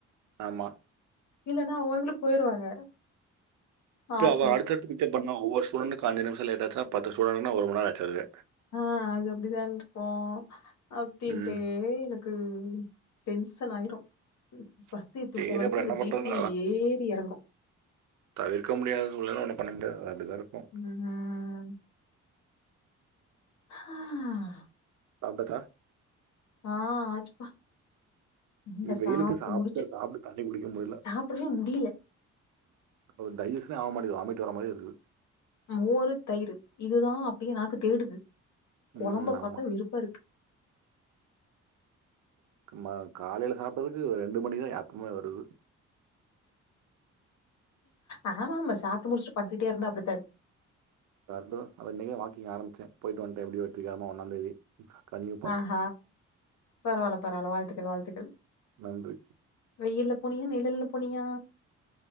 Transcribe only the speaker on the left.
இல்லன்னா அவுங்களு போயிருவாங்க
ஆல்
ஆ அது அப்படிதான்று இருக்கோ அப்பின்ட்டே
எனக்கு உ டென்சன் ஆய்ரு பசி தூக்க
வரிக்கு
அந்த
பி.
பி ஏறி எறங்கு
உ ஹ
ஆ ஆச்சுப்பா இங்க சாப்ட்டு
முடிச்சு
சாப்டவே முடில
மோரு தயிரு இதுதா அப்டியே நாக்கு தேடுது கொழம்ப
பாத்தா வெறுப்பா இருக்கு
ஆமா ஆமா சாப்ட்டு முடிசுட்டு படுத்துட்டே இருந்தா அப்படித்தா இருக்கு
ஆஹ பரவால பரவால வாழ்த்துக்கள் வாழ்த்துக்கள்
வெயில்ல போனியா நிழல்ல போனியா